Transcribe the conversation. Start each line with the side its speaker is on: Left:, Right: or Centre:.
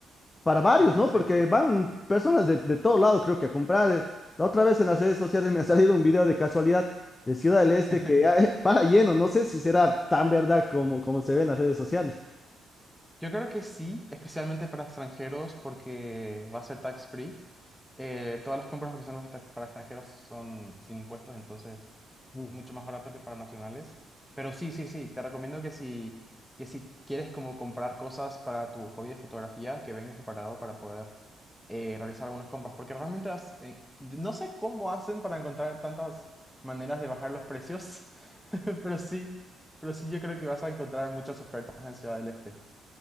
Left: para varios,
Centre: Ajá,
Left: ¿no?
Centre: sí,
Left: Porque
Centre: sí, sí,
Left: van
Centre: sí, sí.
Left: personas de, de todo lado, creo que a comprar. La otra vez en las redes sociales me ha salido un video de casualidad de Ciudad del Este
Centre: <laughs>
Left: que ya, <laughs> eh, para lleno, no sé si será tan verdad como, como se ve en las redes sociales.
Centre: Yo creo que sí, especialmente para extranjeros porque va a ser tax free. eh, todas las compras que son para extra- para extranjeros son sin impuestos, entonces
Left: Mm.
Centre: es mucho más barato que para nacionales. Pero sí, sí, sí, te recomiendo que si, que si quieres como comprar cosas para tu hobby de fotografía, que vengas preparado para poder eh, realizar algunas compras, porque realmente las- eh, no sé cómo hacen para encontrar tantas maneras de bajar los precios, <laughs> pero sí, pero sí yo creo que vas a encontrar muchas ofertas en Ciudad del Este.